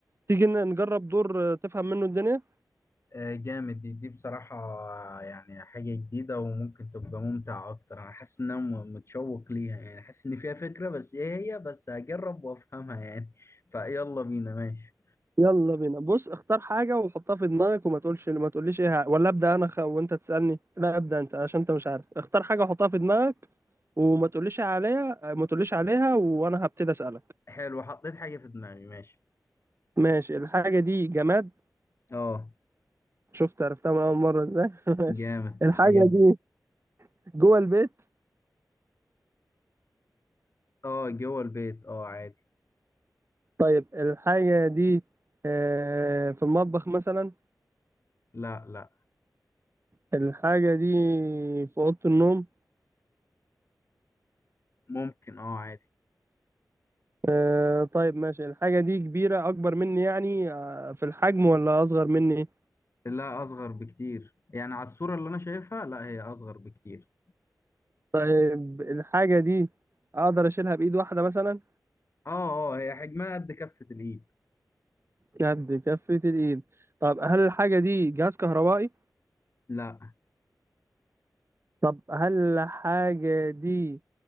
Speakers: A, on the right (about 40°); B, on the left (about 45°).
A: تيجي ن- نجرب دور آه، تفهم منه الدنيا
B: آه جامد دي دي بصراحة آه، يعني حاجة جديدة وممكن تبقى ممتعة اكتر انا حاسس ان انا م- متشوق ليها يعني حاسس ان فيها فكرة بس ايه هي بس هجرب وافهمها يعني فيلا بينا ماشي
A: يلا بينا بص اختار حاجة وحطها في دماغك وما تقولش ما تقوليش إيه ه- ولا أبدأ أنا خ... وأنت تسألني لا أبدأ أنت عشان أنت مش عارف اختار حاجة وحطها في دماغك وما تقوليش عليها ما تقوليش عليها وأنا هبتدي أسألك
B: حلو حطيت حاجة في دماغي ماشي
A: ماشي الحاجة دي جماد
B: اه
A: شفت عرفتها من أول مرة إزاي <laughs> ماشي
B: جامد
A: الحاجة
B: عجبت
A: دي جوه البيت
B: اه جوه البيت اه عادي
A: طيب الحاجة دي آه، في المطبخ مثلا
B: لا لا
A: الحاجة دي في أوضة النوم
B: ممكن اه عادي
A: آه، طيب ماشي الحاجة دي كبيرة أكبر مني يعني آه، في الحجم ولا أصغر مني
B: لا أصغر بكتير يعني على الصورة اللي أنا شايفها لا هي أصغر بكتير
A: طيب الحاجة دي أقدر أشيلها بإيد واحدة مثلا
B: اه اه هي حجمها قد كفة الإيد
A: قد كفة الإيد طب هل الحاجة دي جهاز كهربائي
B: لا
A: طب هل الحاجة دي